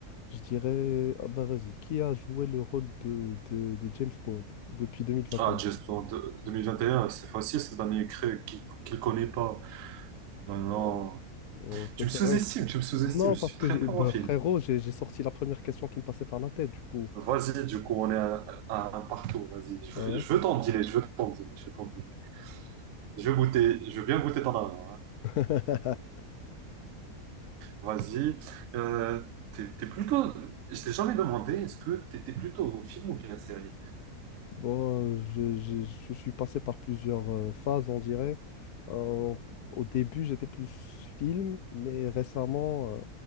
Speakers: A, on the left; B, on the right.
A: Je dirais, ah bah vas-y, qui a joué le rôle de, de, de James Bond depuis 2021?
B: Ah, Just Blonde euh, 2021, c'est facile, cette année créée qui qui le connaît pas. Ben non.
A: Ouais. Oh, ça
B: Tu
A: c'est
B: me sous-estimes,
A: vrai.
B: tu me sous-estimes.
A: Non,
B: Je
A: parce
B: suis
A: que
B: très
A: j'ai,
B: fort
A: bah,
B: en film.
A: frérot, j'ai j'ai sorti la première question qui me passait par la tête, du coup.
B: Vas-y, du coup, on est à, à un partout. Vas-y, je
A: Ouais.
B: veux, je veux t'en dealer, je veux t'en dealer, je veux t'en dealer. Je veux goûter, je veux bien goûter ton argent. hein.
A: <laughs>
B: Vas-y. Euh, t'es, t'es plutôt. Je t'ai jamais demandé, est-ce que t'étais plutôt au film ou bien série?
A: Bon, euh, je, j'ai- je suis passé par plusieurs euh, phases, on dirait. Euh, au début, j'étais plus film, mais récemment, euh,